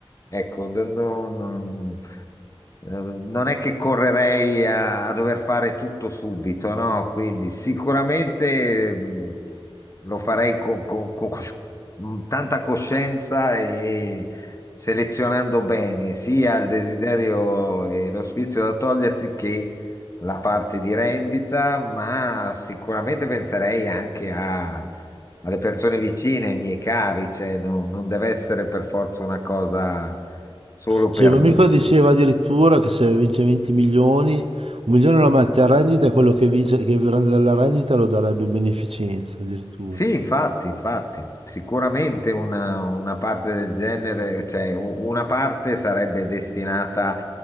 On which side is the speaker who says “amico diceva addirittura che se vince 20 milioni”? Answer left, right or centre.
Right